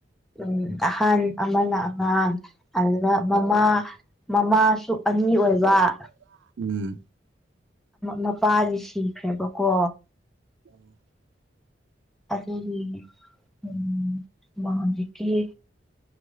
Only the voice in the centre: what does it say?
ꯎꯝ ꯑꯍꯟ ꯑꯃꯅ ꯑꯉꯥꯡ ꯑꯗꯨꯗ ꯃꯃꯥ ꯃꯃꯥꯁꯨ ꯑꯅꯤ
ꯑꯣꯏꯕ
ꯃꯄꯥꯗꯤ ꯁꯤꯈ꯭ꯔꯦꯕꯀꯣ
ꯑꯗꯨꯗꯦ ꯎꯝ ꯃꯥ ꯍꯧꯖꯤꯛꯀꯤ